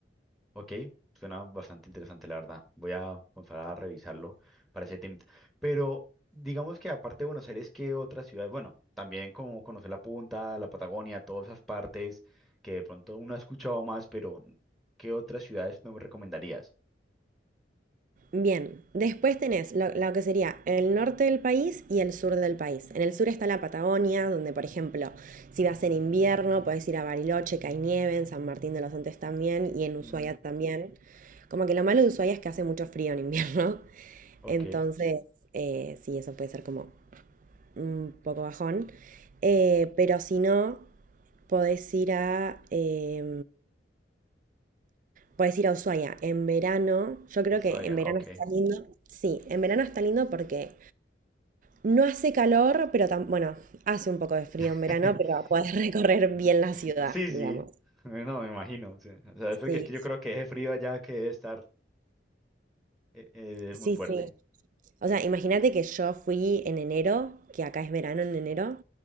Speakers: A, in the centre; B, on the right (about 45°).
A: Ok, suena bastante interesante, la verdad. Voy a comenzar a revisarlo para ese tema. Pero digamos que aparte de Buenos Aires, ¿qué otras ciudades? Bueno, también como conocer la Punta, la Patagonia, todas esas partes que de pronto uno ha escuchado más, pero ¿qué otras ciudades no me recomendarías?
B: Bien, después tenés lo, lo que sería el norte del país y el sur del país. En el sur está la Patagonia, donde por ejemplo, si vas en invierno, puedes ir a Bariloche, que hay nieve, en San Martín de los Andes también y en Ushuaia
A: Ujú.
B: también. Como que lo malo de Ushuaia es que hace mucho frío en invierno. <laughs>
A: Ok,
B: Entonces, eh, sí, eso puede ser como un poco bajón. Eh, pero si no, podés ir a, eh, podés ir a Ushuaia. En verano, yo creo
A: Ushuaia,
B: que en verano
A: ok.
B: está lindo. Sí, en verano está lindo porque no hace calor, pero tam- bueno, hace un poco de frío
A: <laughs>
B: en verano, pero podés <laughs> recorrer
A: Ujú.
B: bien la ciudad,
A: Sí,
B: digamos.
A: sí, Eh, no, me imagino. sí. O sea, es porque
B: Sí,
A: es que yo creo que ese frío allá que debe estar eh, eh, es
B: sí,
A: muy fuerte.
B: sí. O sea, imagínate que yo fui en enero, que acá es verano en enero,